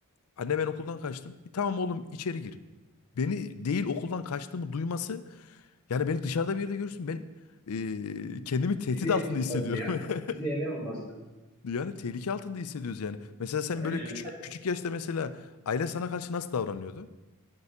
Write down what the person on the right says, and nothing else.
Bizi
ele almazdı
ya.
Bizi ele almazdı.
Yani
evet.